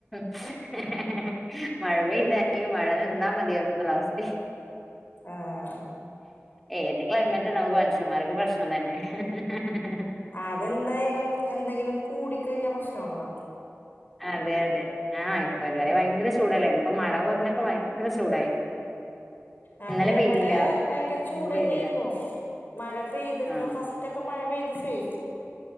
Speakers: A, in the centre; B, on the left.
A: <inaudible> മഴ പെയ്താൽ മഴ നിന്നാൽ ഏതൊരു അവസ്ഥ
B: ആഹ്
A: ഏത് ക്ലൈമറ്റ് നമുക്ക് മനുഷ്യന്മാർക്ക് പ്രശ്നം തന്നെ <inaudible>
B: അതെന്തായാലും എന്തെങ്കിലും കൂടി കഴിഞ്ഞാ പ്രശ്നം ആണ് അല്ലോ
A: അതെ അതെ ആ ഇപ്പൊ ഇതുവരെ ഭയങ്കര ചൂടല്ലേ ഇപ്പ മഴ കുറഞ്ഞപ്പോ ഭയങ്കര ചൂടായി
B: ആ
A: ഇന്നലെ
B: ഇവിടെ
A: പെയ്തില്ല
B: ഭയങ്കര ചൂട്ന്നെയായിരുന്നു
A: ഇന്നും പെയ്തില്ല
B: മഴ പെയ്തിട്ടും
A: ആഹ്
B: ഫസ്റ്റ് ഒക്കെ മഴ പെയ്